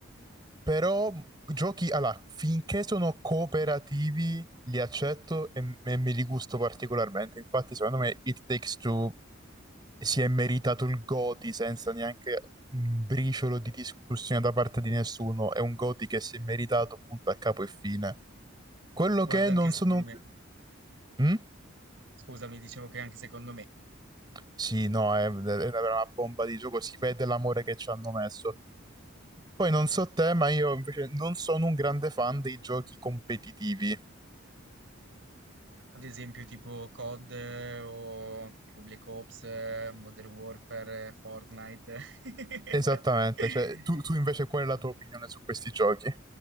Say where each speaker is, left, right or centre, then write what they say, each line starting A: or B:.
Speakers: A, on the right; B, on the right.
A: Però giochi, allora, finché sono cooperativi, li accetto e, e me li gusto particolarmente. Infatti, secondo me, It Takes Two si è meritato il Goti senza neanche un briciolo di discussione da parte di nessuno. È un Goti che si è meritato punto a capo e fine. Quello
B: Guarda,
A: che non
B: anche secondo
A: sono... un-
B: me,
A: Mm?
B: scusami, dicevo che anche secondo me,
A: Sì, no, è, è una bomba di gioco, si vede l'amore che ci hanno messo. Poi non so te, ma io invece non sono un grande fan dei giochi competitivi.
B: ad esempio tipo COD eh, o tipo Black Ops, eh, Modern Warfare, eh, Fortnite. <laughs>
A: Esattamente, cioè tu, tu invece qual è la tua opinione su questi giochi?